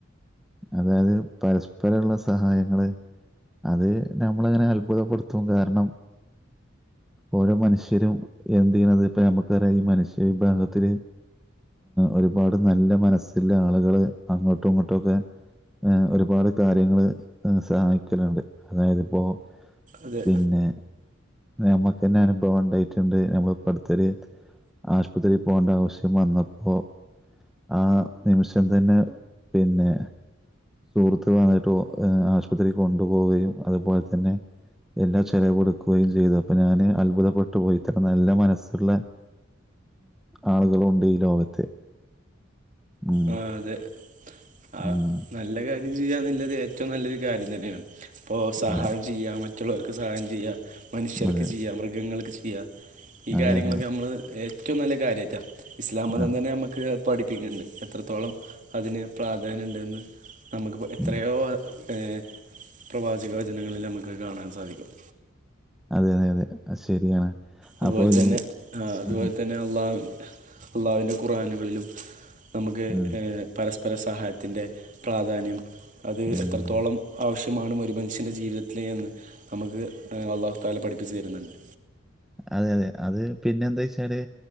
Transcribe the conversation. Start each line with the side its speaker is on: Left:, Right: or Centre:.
Centre: അതായത് പരസ്പര ഇള്ള സഹായങ്ങള്. അത് നമ്മള് അങ്ങനെ അത്ഭുതപ്പെടുത്തും കാരണം ഓരോ മനുഷ്യരും എന്ത് ചെയ്യണുന്നത് ഇപ്പ നമുക്കറിയാ മനുഷ്യര്. ബന്ധത്തിൽ ഒരുപാട് നല്ല മനസ്സില് ആളുകള് അങ്ങോട്ടും ഇങ്ങോട്ടുമൊക്കെ. ഒരുപാട് കാര്യങ്ങള് സഹായിക്കലുണ്ട്. അതായതിപ്പോൾ
Right: അതെ
Centre: പിന്നെ നമ്മുക്ക് തന്നെ അനുഭവം ഉണ്ടായിട്ടുണ്ട് നമ്മള് ഇപ്പ അടുത്തൊരു ആശുപത്രിയിൽ പോകേണ്ട ആവശ്യം വന്നപ്പോ ആ നിമിഷം തന്നെ പിന്നെ സുഹൃത്ത് വന്നിട്ട് ആശുപത്രിയിൽ കൊണ്ടുപോവുകയും, അതുപോലെ തന്നെ. എല്ലാ ചിലവ് കൊടുക്കുകയും ചെയ്തു അപ്പൊ ഞാന് അത്ഭുതപ്പെട്ടു പോയി ഇത്തരം നല്ല മനസ്സുള്ള ആളുകളും ഉണ്ട് ഈ ലോകത്ത്. ഉം,
Right: ആ, അതെ ആ
Centre: ഉം,
Right: നല്ല കാര്യം ചെയ്യാന്നുള്ളത് ഏറ്റവും നല്ലൊരു കാര്യം തന്നെയാണ്. ഇപ്പോൾ സഹായം
Centre: അതെ
Right: ചെയ്യാം മറ്റുള്ളവർക്ക് സഹായം ചെയ്യാം മനുഷ്യർക്ക്
Centre: അതെ
Right: ചെയ്യാം, മൃഗങ്ങൾക്ക് ചെയ്യുക ഈ
Centre: അതെ
Right: കാര്യങ്ങളൊക്കെ
Centre: അതെ
Right: നമ്മൾ ഏറ്റവും നല്ല കാര്യായിട്ടാ, ഇസ്ലാം മതം
Centre: അതെ
Right: തന്നെ നമുക്ക് പഠിപ്പിക്കുന്നുണ്ട് എത്രത്തോളം അതിന് പ്രാധാന്യം ഉണ്ടെന്ന്, നമുക്ക് എത്രയോ
Centre: ഉം,
Right: പിന്നെ പ്രവാചക വചനങ്ങളിൽ നമുക്ക് കാണാൻ സാധിക്കും
Centre: അതെ, അതെ, അതെ ശരിയാണ്
Right: അതുപോലെ
Centre: അപ്പോൾ
Right: തന്നെ
Centre: ഈ
Right: അതുപോലെ
Centre: ഉം,
Right: തന്നെ അള്ളാഹുവി അള്ളാഹുവിൻ്റെ ഖുറാനുകളിലും. നമുക്ക്
Centre: ഉം,
Right: പരസ്പര സഹായത്തിൻ്റെ പ്രാധാന്യം അത്
Centre: ഉം.
Right: എത്രത്തോളം ആവശ്യ വേണം ഒരു മനുഷ്യൻ്റെ ജീവിതത്തിലേ എന്ന് നമുക്ക് അള്ളാഹു പഠിപ്പിച്ചച്ച് തരുന്നുണ്ട്.
Centre: അതെ, അതെ അത് പിന്നെ എന്താ വെച്ചാല്